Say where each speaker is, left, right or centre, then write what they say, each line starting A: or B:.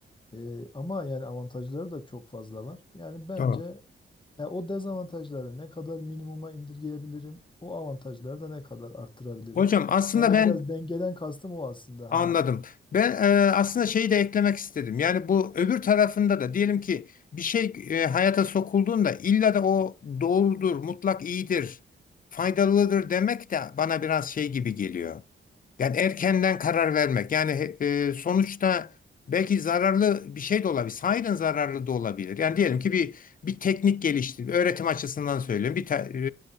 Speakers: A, on the left; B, on the left.
A: Ee, ama yani avantajları da çok fazla var. Yani bence
B: Doğru.
A: ya o dezavantajları ne kadar minimuma indirgeyebilirim, o avantajları da ne kadar arttırabilirim.
B: Hocam aslında
A: Ya o
B: ben
A: biraz dengeden kastım o aslında
B: anladım.
A: hani.
B: Ben e, aslında şeyi de eklemek istedim. Yani bu öbür tarafında da diyelim ki bir şey e, hayata sokulduğunda illa da o doğrudur, mutlak iyidir, faydalıdır demek de bana biraz şey gibi geliyor. Yani erkenden karar vermek. Yani e, sonuçta belki zararlı bir şey de olabilir. Sahiden zararlı da olabilir. Yani diyelim ki bir bir teknik geliştirildi, Öğretim açısından söylüyorum. Bir te-